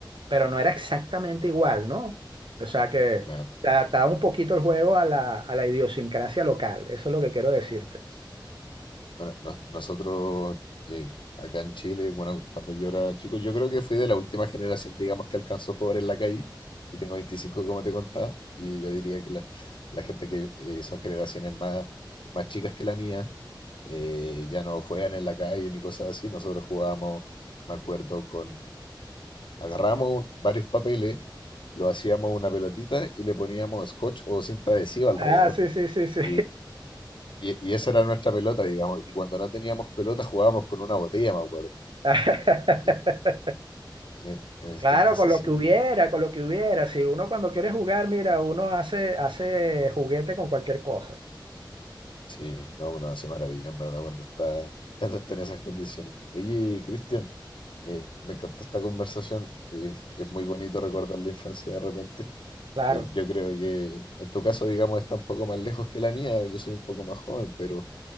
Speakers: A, on the right; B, on the left.
A: pero no era exactamente igual, ¿no? O sea que
B: claro.
A: se adaptaba un poquito el juego a la, a la idiosincrasia local. Eso es lo que quiero decirte.
B: sí. Bueno, no- nosotros eh, acá en Chile, bueno, cuando yo era chico, yo creo que fui de la última generación, digamos, que alcanzó a jugar en la calle. Yo tengo 25 como te contaba, y yo diría que la, la gente que eh, son generaciones más, más chicas que la mía, eh, ya no juegan en la calle ni cosas así. Nosotros jugábamos, me acuerdo, con... Agarramos varios papeles, lo hacíamos una pelotita y le poníamos scotch o cinta adhesiva alrededor.
A: Ah, sí, sí, sí, sí.
B: Y y, y esa era nuestra pelota, digamos. Y cuando no teníamos pelota jugábamos con una botella, me acuerdo.
A: <laughs>
B: Sí, en, e- en ese
A: Claro,
B: entonces
A: con lo
B: sí,
A: que hubiera, con lo que hubiera. Si uno cuando quiere jugar, mira, uno hace, hace juguete con cualquier cosa.
B: sí, no, uno hace maravilla, en verdad, cuando está, cuando está en esas condiciones. Oye, Cristian, eh, me encantó esta conversación. eh, es muy bonito recordar la infancia de repente.
A: Claro,
B: Eh, yo creo que en tu caso, digamos, está un poco más lejos que la mía. Yo soy un poco más joven, pero